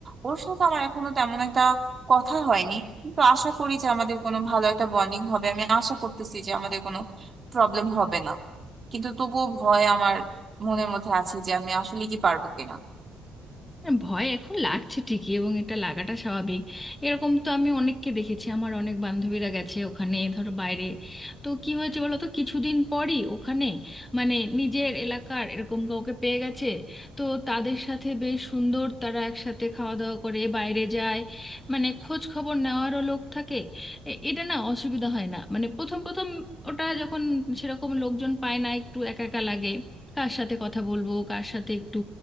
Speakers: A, on the right; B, on the left.
A: ওর সাথে আমার এখনো তেমন একটা কথা হয়নি কিন্তু আশা করি যে আমাদের কোনো ভালো একটা বন্ডিং হবে আমি আশা করতেছি যে আমাদের কোনো প্রবলেম হবে না কিন্তু তবুও ভয় আমার মনের মধ্যে আছে যে আমি আসলে কি পারবো কিনা
B: হ্যাঁ, ভয় এখন লাগছে ঠিকই এবং এটা লাগাটা স্বাভাবিক এরকম তো আমি অনেককে দেখেছি আমার অনেক বান্ধবীরা গেছে ওখানে ধরো বাইরে তো কি হয়েছে বলো তো কিছুদিন পরই ওখানে মানে নিজের এলাকার এরকম কাউকে পেয়ে গেছে তো তাদের সাথে বেশ সুন্দর তারা একসাথে খাওয়া দাওয়া করে বাইরে যায় মানে খোঁজ খবর নেওয়ারও লোক থাকে এ- এটা না অসুবিধা হয় না মানে প্রথম প্রথম ওটা যখন সেরকম লোকজন পায় না একটু একা একা লাগে কার সাথে কথা বলবো কার সাথে একটু